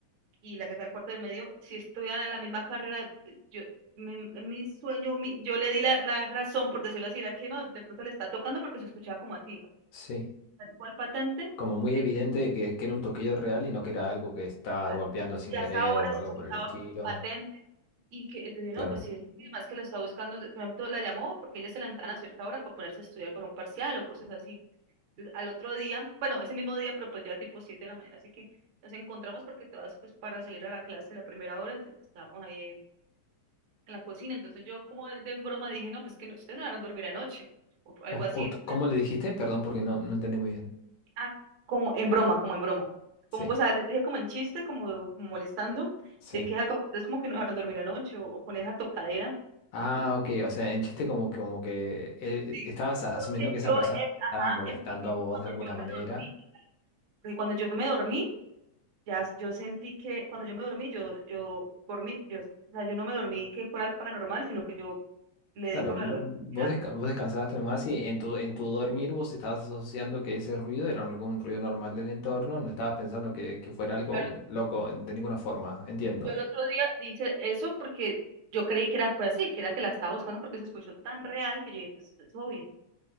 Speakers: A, on the right (about 60°); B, on the left (about 70°).
A: y la que está en el cuarto del medio, si estuvieran a la misma carrera, eh, yo, mi, mi sueño, mi- yo le di la, la razón, por decirlo así, era que no, de pronto le está tocando porque se escuchaba como así,
B: sí.
A: tal cual patente.
B: Como muy
A: de
B: evidente que, que era un toquillo real y no que era algo que estaba
A: ya
B: golpeando sin
A: Y
B: querer
A: hasta ahora
B: o
A: se
B: algo
A: estaba
B: por el estilo.
A: patente y que te dije,
B: Claro.
A: no, pues sí, es más que lo está buscando, de- por ejemplo, la llamó porque ella se levantaban a cierta hora para ponerse a estudiar por un parcial o cosas así. Entonces, al otro día, bueno, ese mismo día, pero pues ya tipo 7 de la mañana, así que nos encontramos porque todas pues para salir a la clase la primera hora, entonces estábamos ahí eh, en la cocina, entonces yo como de, de en broma dije, no, pues que no, ustedes no van a dormir anoche o algo
B: O-
A: así,
B: ot- ¿cómo le dijiste? Perdón, porque no, no entendí muy bien.
A: Ah, como en broma, como en broma. Como,
B: Sí,
A: o sea, les dije como en chiste, como, como molestando,
B: sí.
A: de que ah, como- es como que no dejaron dormir anoche o, o con esa tocadera.
B: Ah,
A: Entonces,
B: ok. O sea, en chiste como que, como que él-
A: sí.
B: estabas a- asumiendo
A: Porque
B: que esa
A: yo,
B: persona
A: en- ajá,
B: estaba molestando
A: en mi mente,
B: a vos
A: cuando
B: de alguna
A: yo me
B: manera.
A: dormí, porque cuando yo me dormí, ya s- yo sentí que, cuando yo me dormí, yo, yo, por mí yo, o sea, yo no me dormí que fuera algo paranormal, sino que yo le
B: Claro,
A: di por la
B: v-
A: lógica. que
B: vos,
A: era-
B: desca- vos descansabas nomás y en tu, en tu dormir vos estabas asociando que ese ruido era algún ruido normal del entorno, no estabas pensando que, que fuera algo
A: Yo al
B: loco de ninguna forma, entiendo.
A: yo al otro día dice eso porque yo creí que era, fue así, que era que la estaba buscando porque se escuchó tan real que yo dije, pues es obvio.